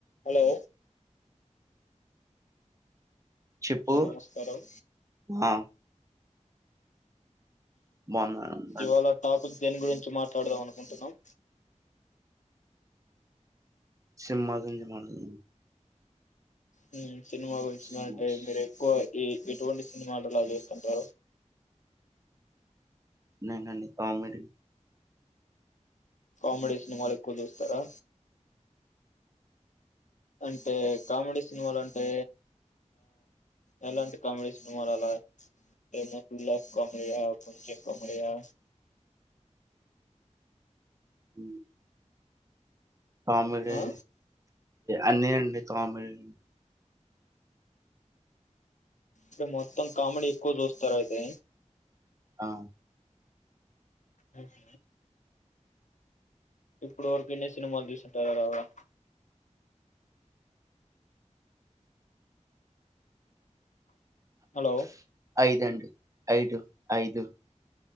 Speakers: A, on the left; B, on the right.
A: Hello
B: చెప్పు
A: ఆ నమస్కారం
B: ఆ బాగున్నాను
A: ఇవాళ టాపిక్ దీని గురించి మాట్లాడదాం అనుకుంటున్నావ్
B: సినిమ తంజమాదు
A: హ సినిమా గురించి
B: సినిమాస్.
A: అంటే మీరు ఎక్కువ ఈ ఎటువంటి సినిమాలు లాగేస్తుంటారు
B: నే అంటే కామెడీ
A: కామెడీ సినిమాలు ఎక్కువ చూస్తారా అంటే కామెడీ సినిమాలు అంటే ఎలాంటి హా కామెడీ సినిమాలు అలా ఫేమలా ఆఫ్ కామెడీయా కొంచెం కామెడీయా
B: హ కామెడీ
A: ఆ
B: అన్ని అండి కామెడీ
A: ఇప్పుడు మొత్తం కామడి ఎక్కువ చూస్తారు అయితే
B: అ
A: అ స ఇప్పుడు వరకు ఎన్ని సినిమాలు చూస్తుంటారు అలాగా హలో
B: ఐదుండి ఐదు ఐదు